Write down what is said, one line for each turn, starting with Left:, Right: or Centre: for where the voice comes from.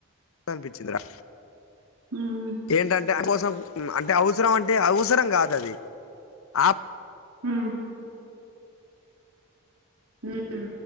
Left: అనిపిచ్చిందిరా
Right: ఉమ్
Left: ఏంటంటే అందుకోసం అంటే అవసరం అంటే అవసరం కాదు అది ఆప్
Right: ఉమ్ ఊమ్